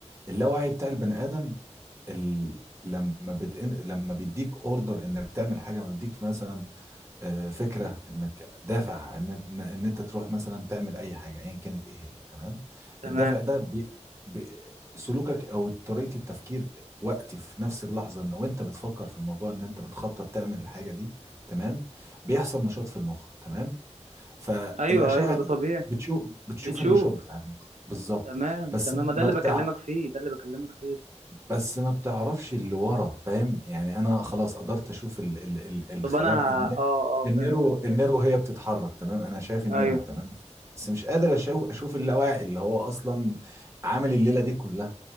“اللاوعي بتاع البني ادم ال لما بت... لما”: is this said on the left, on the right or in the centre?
Right